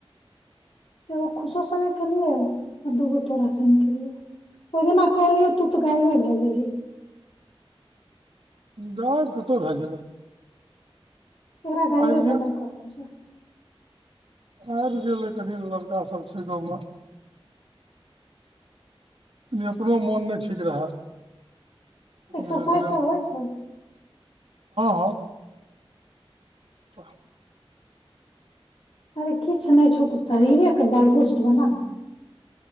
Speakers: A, on the left; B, on the right.
A: गो खुशो स के लिए आ दूगो तोरा सन के लिए ओहि जे नली ओ तूत गायबे भ गेल ही
B: गाइब कतहु भए जेबै
A: एकरा गायभे
B: आबि गेल
A: भ नहि करै छै
B: आबि गेलै कनि लड़कासभ छै गाँवमे क अपनो मोन नहि ठीक रहय
A: एक्सरसाइज
B: धीरे धीरे
A: सब
B: हँ
A: होइ छै
B: हँ <unintelligible>
A: अरे किछु नहि छौ तू शरीरेके बलबुस्ट बना ने